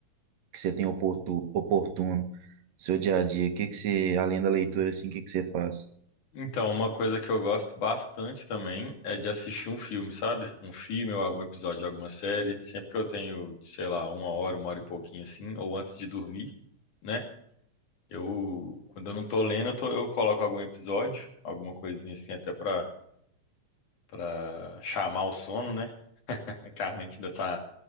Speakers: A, on the right; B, on the left.
A: que você tem oportu, oportuno, seu dia a dia, o que que você, além da leitura, assim, o que que você faz?
B: Então, uma coisa que eu gosto bastante também é de assistir um filme, sabe? Um filme ou algum episódio de alguma série. Sempre que eu tenho, sei lá, uma hora, uma hora e pouquinho assim, ou antes de dormir, né? Eu, quando eu não tô lendo, eu, tô- eu coloco algum episódio, alguma coisinha assim, até pra, pra chamar o sono, né? <laughs> Que a mente ainda tá